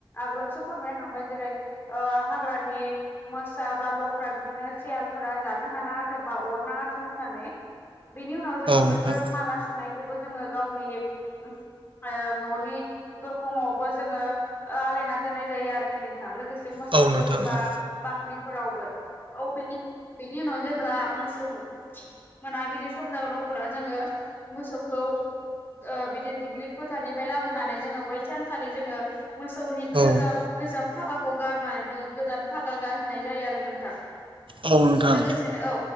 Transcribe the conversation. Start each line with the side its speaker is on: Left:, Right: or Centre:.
Left: आगोलावसो फोरमायखांबाय। जेरै ओ हाग्रानि मोसा बा लख्रा बि दिनो सियालफोरा जानो हानाङाथो बा अरनाङाथो होननानै। बेनि उनाव जोङो
Right: नोंथां
Left: बैफोर माला सुनायखौबो जोङो गावनि उम ओ न'नि दरखंआवबो जोङो ओ आलायना दोननाय जायो आरोखि नों थां। लोगोसे मोसौ
Right: औ नोंथां
Left: गलि
Right: औ
Left: बा बाख्रिफोरावबो। औ बेेनि बेनि उनाव जेब्ला मोसौ मोनाबिलि सम जागोन अब्ला जोङो मोसौखौ ओ बिदिनो दुब्लि फोथारनिफ्राय लाबोनानै जोङो बैसानखालि जोङो मोसौनि गो
Right: औ
Left: गाब गोजाम फागाखौ गारनाय जोङो गोदान फागा गानहोनाय जायो आरो नोंथां।
Right: औ नोंथां
Left: लोगोसेनो औ